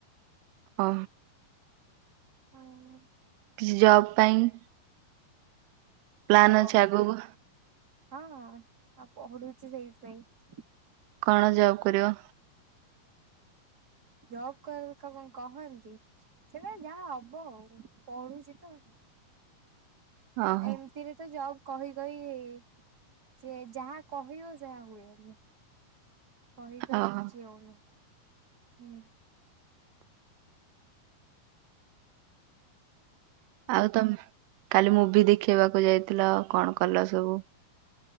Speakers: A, on the right (about 85°); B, on the right (about 25°).
A: ଓ।
B: ହଁ।
A: କିଛି ଜବ୍ ପାଇଁ? ପ୍ଲାନ୍
B: ଜବ୍
A: ଅଛି ଆଗକୁ
B: ହଁ ଆଉ ପଢୁଛି ସେଇଥିପାଇଁ।
A: କଣ ଜବ୍ କରିବ?
B: ଜବ <unintelligible> କହନ୍ତି, ସେଟା ଯାହା ହବ ଆଉ, ପଢୁଛି ତ।
A: ଓହୋ
B: ଏମିତିରେ ତ ଜବ୍ କହି କହି ହେ ସିଏ ଯାହା କହିବ ସେହା ହୁଏନି। କହି କହି
A: ଓହୋ
B: କିଛି ହଉନି ହୁଁ।
A: ଆଉ ତମ କାଲି ମୁଭି ଦେଖେଇବାକୁ ଯାଇଥିଲ କଣ କଲ ସବୁ?